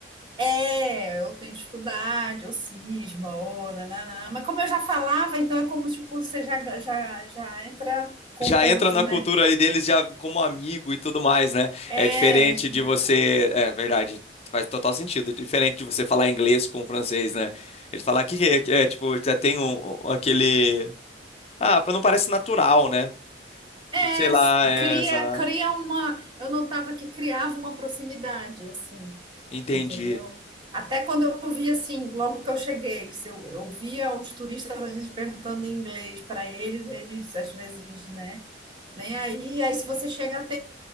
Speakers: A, on the right; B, on the left.
A: é, eu tenho dificuldade, ou cisma, ou nananã. Mas como eu já falava, então é como, tipo, você já, já, já entra com
B: já
A: o ponto,
B: entra na
A: né?
B: cultura ali deles já como amigo e tudo mais, né?
A: É,
B: É diferente
A: já-
B: de você, é verdade, faz total sentido, É diferente de você falar inglês com o francês, né? Ele falar que que é, é, tipo, já tem um, um- aquele ah, não parece natural, né?
A: é,
B: Tipo, sei lá,
A: s-
B: é,
A: cria,
B: essa...
A: cria uma... Eu notava que criava uma proximidade, assim,
B: entendi.
A: entendeu? Até quando eu via, assim, logo que eu cheguei, se eu, eu via os turistas, às vezes, perguntando em inglês para eles, eles, às vezes, né? Nem aí, aí se você chega